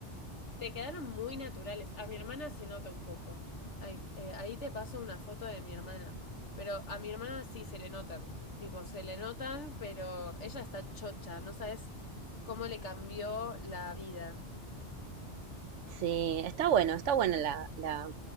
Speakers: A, on the left; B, on the right.
A: Te quedaron muy naturales. A mi hermana se nota un poco. Ay, eh, ahí te paso una foto de mi hermana. Pero a mi hermana sí se le notan. Tipo, se le notan, pero ella está chocha. No sabes cómo le cambió la vida.
B: Sí, está bueno, está buena la, la...